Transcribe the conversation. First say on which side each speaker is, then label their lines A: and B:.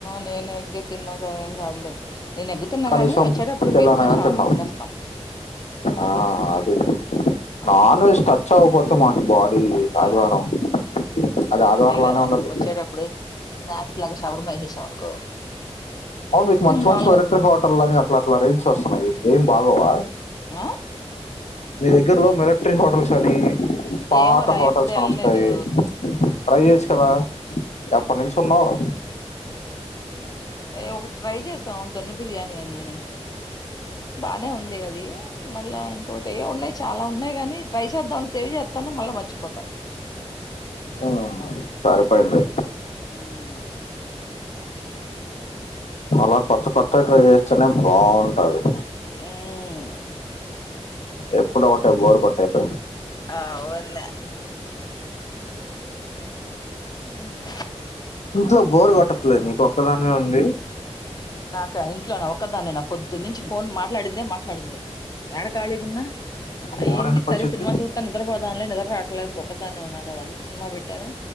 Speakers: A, on the left; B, on the left.
A: నేను ఎగ్గే తిన్నగ ఏం కాదులే నేను ఎగ్ తిన్నా
B: కనీసం
A: గాని వచ్చేటప్పుడు
B: పిల్లనైనా
A: మీ ఇద్దరం షవర్మా
B: తిన్నావు
A: తినోస్తాం
B: ఆ అది
A: అది
B: నాన్
A: అది
B: వెజ్ టచ్ అవ్వకపోతే మనకి బాడీ
A: అస్సలా
B: ఆదివారం అది ఆదివారం
A: సండే
B: లానే
A: గ కదా
B: ఉండదు
A: వచ్చేటప్పుడు స్నాక్స్ లాగా శవర్మ చేసేవాళ్ళం
B: అవును మీకు మంచి
A: మాములుగా
B: మంచి మిల్టరీ హోటల్ అని అట్లా అట్లా రేట్స్ వస్తున్నాయి ఏం బాగోవా
A: ఆ
B: మీ దగ్గరలో మిలిటరీ హోటల్స్ అని పాత
A: ఏమోరా
B: హోటల్స్
A: ఎప్పుడు
B: అని
A: వెళ్ళలేదు
B: వస్తాయి ట్రై చేయోచ్చు కదా ఎప్పనుంచి
A: మ్
B: ఉన్నవు
A: ఏ ఒకటి ట్రై చేసాం దొన్న బిర్యానీ అని బానే ఉంది అది మళ్ళా ఇంకోటి ఏ ఉన్నాయి చాలా ఉన్నాయి గాని ట్రై చేద్దామని సేవ్ చేత్తాను మళ్ళా మర్చిపోతాను
B: ఆ సరిపోయింది
A: మ్
B: అలా కొత్త కొత్తగా ట్రై చేస్తేనే బాగుంటది
A: ఉమ్
B: ఎప్పుడు ఒకటె బోరు కొట్టేయదు
A: ఆ వున్న ఉమ్ కా
B: ఇంట్లో బోర్ కొట్టట్లేదు నీకు ఒక్కదానివే ఉండి
A: నాక ఇంట్లోనే ఒకదాన్ని నే పొద్దున్న నుంచి ఫోన్ మాట్లాడిందే మా ట్లాడింది ఏడ ఖాళీగ ఉన్నా
B: బోర్
A: అయ్యింది
B: ఎందుకు
A: సరే
B: వచ్చిద్ది
A: సినిమా చూతా నిద్రపోదాంలె నిద్ర రా ట్లేదు ఒక్కాదాన్నే ఉన్నా కదా అ సినిమా పెట్టాను